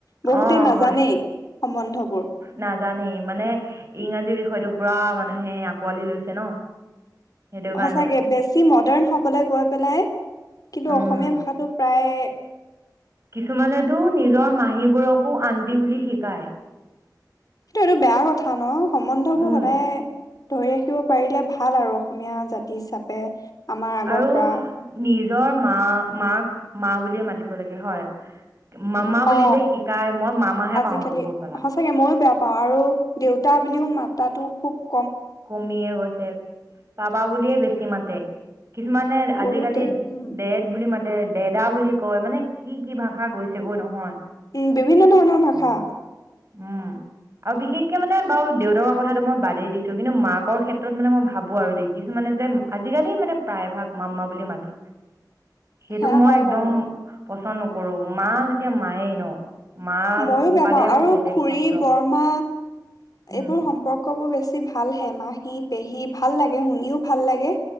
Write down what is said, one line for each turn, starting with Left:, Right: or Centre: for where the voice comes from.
Left: বহুতে
Right: অ',
Left: নাজানেই
Right: হয়
Left: সম্বন্ধবোৰ
Right: নাজানেই মানে ইংৰাজী বিষয়টো -পুৰা মানুহে আকোৱালি লৈছে ন সেইটো কাৰণে
Left: সচাকে বেছি মডাৰ্ণ হ'বলৈ গৈ পেলাই কিন্তু
Right: উম
Left: অসমীয়া ভাষাটো প্ৰায়ে <unintelligible>
Right: কিছুমানেতো নিজৰ মাহীবোৰকো আন্টি বুলি শিকায়।
Left: কিন্তু এইটো বেয়া কথা ন। সম্বন্ধ বোৰ
Right: উম
Left: সদায় ধৰি ৰাখিব পাৰিলে ভাল আৰু অসমীয়া জাতি তি হিচাপে আমাৰ আগৰ
Right: আৰু
Left: পৰা
Right: নিজৰ মা মাক মা বুলিয়ে মাতিব লাগে হয়। মামা বুলি
Left: অ
Right: যে শিকায় মই মামাহে
Left: আজিকালি
Right: পাওঁগৈ কৈ পেলাই
Left: সচাগে ময়ো বেয়া পাওঁ আৰু দেউতা বুলিও মাতাতো <unintelligible>
Right: কমিয়ে গৈছে পাপা বুলিয়ে বেছি মাতে কিছুমানে
Left: বহুতে
Right: আজিকালি
Left: উম
Right: ডেড বুলি মাত ডে ডেডা বুলি কয়, মানে কি কি ভাষা গৈছেগৈ নহয়।
Left: উ'ম বিভিন্ন ধৰণৰ ভাষা
Right: উ'ম আৰু বিশেষকে মানে বাৰু দেউতাকৰ কথাটো মই বাদেই দিছ দিছো কিন্তু মাকৰ ক্ষেত্ৰত মানে মই ভাবো আৰু দেখিছো মানে যে আজিকালি মানে প্ৰায় ভাগ মামা বুলি মাতে সেইটো
Left: সেয়া
Right: মই
Left: হয়
Right: একদম
Left: বাৰু
Right: পচন্দ নকৰো মা যেতিয়া মায়ে ন। মা
Left: মইও বেয়া
Right: বাদে
Left: পাও
Right: আকৌ
Left: আৰু
Right: বেলেগ
Left: খুৰী
Right: শব্দ
Left: বৰমা
Right: উম
Left: এইবোৰ সম্পৰ্ক বোৰ বেছি ভাল। ভালহে, মাহী, পেহী ভাল লাগে শুনিও ভাল লাগে।